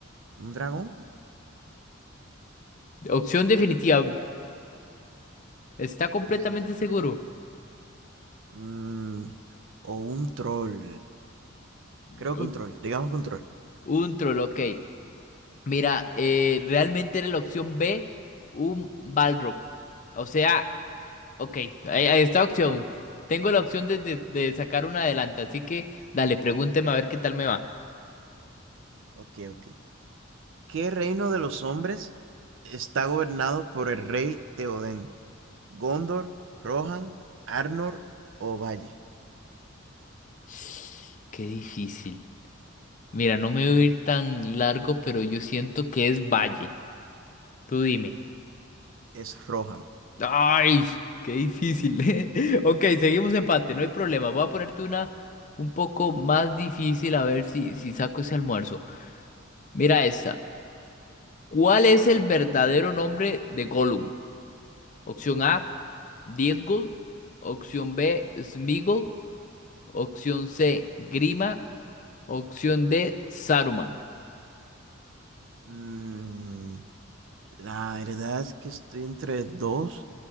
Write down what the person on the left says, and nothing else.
Opción definitiva. Está completamente
seguro.
No,
Un troll, ok. Mira, eh, realmente era la opción B, un Balrog. O sea, ok, ahí- ahí está opción. Tengo la opción de, de- de sacar una adelante, así que dale, pregúnteme a ver qué tal me va.
<sighs> Qué difícil. Mira, no me voy a ir tan largo, pero yo siento que es Valle. Tú dime.
Ay, qué difícil, ¿eh? <laughs> Ok, seguimos empate, no hay problema. Voy a ponerte una un poco más difícil a ver si, si saco ese almuerzo. Mira esta. ¿Cuál es el verdadero nombre de Gollum? Opción A, Diezgul. Opción B, Smigol. Opción C, Grima. Opción D, Saruman.